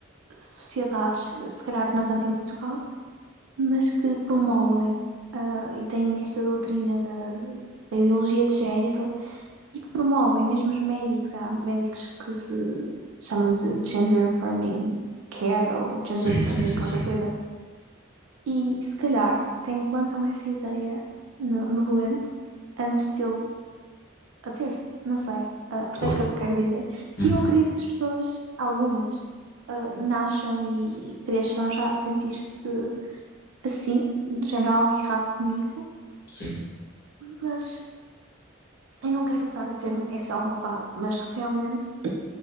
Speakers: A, on the right; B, on the left.
A: sociedades, se calhar não tanto em Portugal, mas que promovem ah, e têm esta doutrina da, da ideologia de género e que promovem mesmo os médicos. Há médicos que se chamam de gender affirming care ou gender
B: Sim,
A: affirming
B: sim, sim,
A: qualquer
B: sim.
A: coisa. E se calhar até implantam essa ideia no, no doente antes dele a ter. Não sei. Ah, percebes
B: Claro.
A: o que eu quero dizer?
B: Uhum,
A: E eu acredito que as pessoas, algumas, ah, nasçam e cresçam já a sentir-se assim, de género algo errado comigo,
B: Sim,
A: mas eu não quero usar o termo é só uma fase, mas realmente